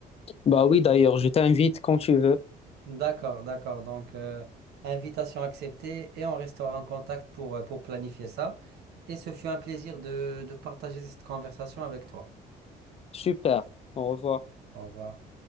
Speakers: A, on the left (about 35°); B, on the right (about 75°).
A: Bah oui, d'ailleurs, je t'invite quand tu veux.
B: D'accord, d'accord. Donc, euh, invitation acceptée et on restera en contact pour, euh, pour planifier ça. Et ce fut un plaisir de de partager cette conversation avec toi.
A: Super, au revoir.
B: Au revoir.